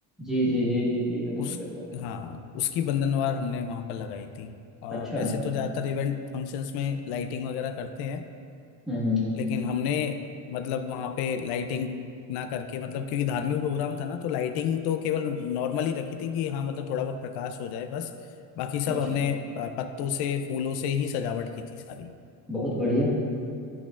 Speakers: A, in the centre; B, on the left.
A: जी जी जी जी जी बिल्कुल
B: उस
A: बिल्कुल
B: हाँ उसकी बंधनवार हमने वहां पर लगाई थी और
A: अच्छा
B: वैसे तो ज्यादातर इवेंट फंक्शंस में लाइटिंग वगैरह करते हैं
A: हम्म हम्म
B: लेकिन हमने मतलब वहां पे लाइटिंग ना करके मतलब क्योंकि धार्मिक प्रोग्राम था ना तो लाइटिंग तो केवल नॉर्मल ही रखी थी कि हाँ मतलब थोड़ा बहुत प्रकाश हो जाए बस बाकी सब
A: अच्छा
B: हमने अ, पत्तों से फूलों से ही सजावट की थी सारी
A: बहुत बढ़िया